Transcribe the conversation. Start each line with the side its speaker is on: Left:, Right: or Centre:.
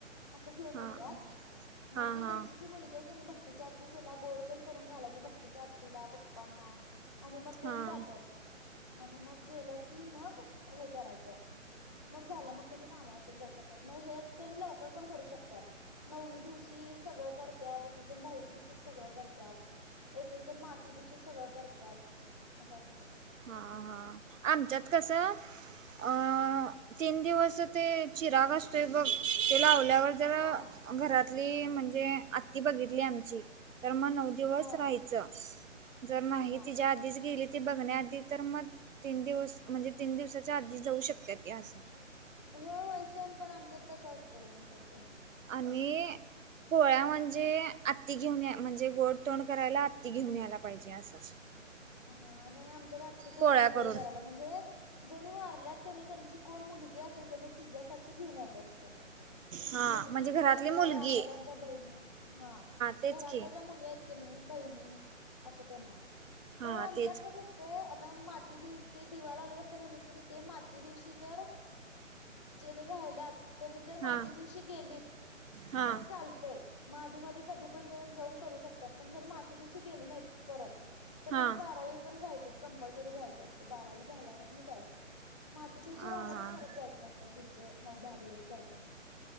Left: असं घेऊन
Right: हा
Left: येत्यात मग
Right: हा
Left: ती
Right: हा
Left: त्यांची जी मुलगी आहे का नाही भक्तीच्या ते त्याला गोड तेन पण करून घालायचं भक्तीच्या आत्तिला पप्पांना आणि मग तेनं
Right: हा
Left: जात्यात. आणि मग गेलं की मग हे करायचं. मग झालं मग त्यांनी कामावर पण जाऊ शकत्यात मग हे त्यांनी लवकर पण करू शकत्यात. नववी दिवशी सगळं करत्यात एक एकजन दहावी दिवशीच सगळं करत्यात. एक एक जण माती दिवशी सगळं करत्यात असं असतय.
Right: हा हा आमच्यात कस अ तीन दिवस ते चिराग असतोय बघ ते लावल्यावर जर
Left: हा
Right: घरातली म्हणजे अत्ति बघितली आमची तर मग नव दिवस
Left: हा
Right: राहायच जर नाही
Left: हा
Right: तीज्या आदिच गेलीती बघण्या ते तर म तीन दिवस म्हणजे तीन दिवसाच्या आधी जाऊ शकत्याती अस.
Left: व्हय व्हय सेम पण आमच्यात तस असतंय आमच्यात पण.
Right: आणि पोळ्या म्हणजे अत्ति घेऊन या म्हणजे गोड तोंड करायला आत्ति घेऊन यायला पाहिजे असं.
Left: हा नाय आमच्या आत्तीचं
Right: पोळ्या
Left: तोंड
Right: करून
Left: गोड करायला म्हणजे जेनी वारल्यात क नाय त्यांची कोण मुलगी असेल क नय तिच्यासाठी घीऊन यायच असतंय.
Right: हा
Left: मुलगी
Right: म्हणजे घरातली
Left: किंवा त्या
Right: मुलगी
Left: वारलेल्यांच्या बहिणी हा
Right: तेच
Left: घरातल्या
Right: की
Left: ज्या मुली आयत क नई बहिणी असं त्यांना
Right: हा
Left: पण आमच्यात
Right: तेच
Left: कस तय आता माती दिवशी ते दिवा ला आवले असते म्हणालीस क ते माती दिवशी जर जेनी राहिल्यात त्यांनी जर माती
Right: हा
Left: दिवशी गेलीत
Right: हा
Left: तर चालतंय. म आधी मधी कधी पण येऊन जाऊन करू शकत्यात. पण जर माती दिवशी गेली नायत परत तर
Right: हा
Left: त्यांनी बारावी पर्यंत राहीचच कंपल्सरी राहायचं असतय बारावी झाल्यावरच म जायचं. माती दिवशी
Right: हा
Left: राहिला
Right: हा
Left: तर परत जायचं नसत पुढचे नऊ दहा दिवस जायचं नाय